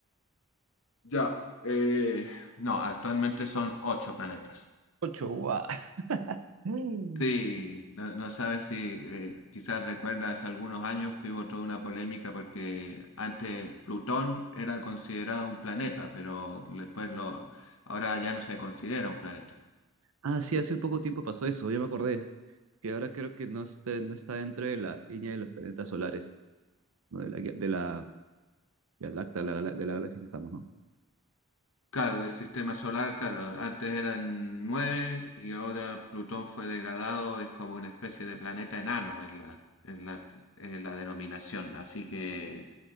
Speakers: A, on the left (about 65°); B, on the right (about 70°).
A: Ya, eh, No, actualmente son ocho planetas.
B: Ocho, guau. <gasps> Mm.
A: Sí, no, no sabes si eh, quizás recuerdas algunos años que hubo toda una polémica porque antes Plutón era considerado un planeta, pero después lo, ahora ya no se considera un planeta.
B: Ah, sí, hace poco tiempo pasó eso, ya me acordé, que ahora creo que no está, no está dentro de la línea de los planetas solares, ¿no? De la, guía- de la Vía Láctea, la gala- de la galaxia que estamos, ¿no?
A: Claro, del sistema solar, claro, antes eran nueve y ahora Plutón fue degradado, es como una especie de planeta enano en la, en la, en la denominación, así que